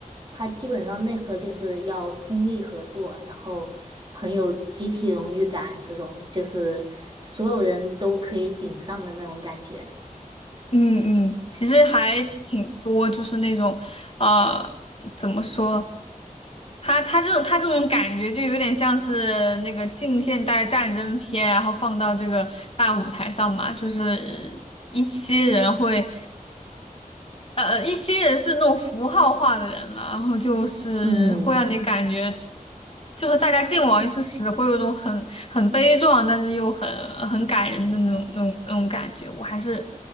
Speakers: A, on the right; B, on the left.
A: 它基本上内核就是要通力合作，然后很有集体荣誉感，这种就是所有人都可以顶上的那种感觉。
B: 嗯嗯，其实还挺多，就是那种，呃，怎么说？他他这种他这种感觉就有点像是那个近现代战争片，然后放到这个大舞台上嘛，就是一些人会。呃，一些人是那种符号化的人了，然后就是会让你感觉，
A: 嗯。
B: 就是大家见往一处使，会有一种很很悲壮，但是又很很感人的那种那种那种感觉。我还是，